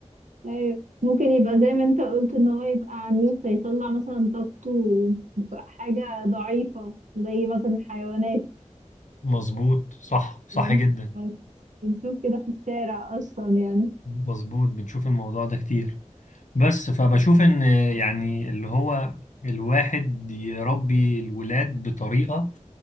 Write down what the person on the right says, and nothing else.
ايوه ممكن يبقى زي ما انت قلت ان هو يبقى عنيف فيطلع مثلا طاقته في حاجة ضعيفة زي مثلا الحيوانات
بنش-
بنشوف كده في الشارع اصلا يعني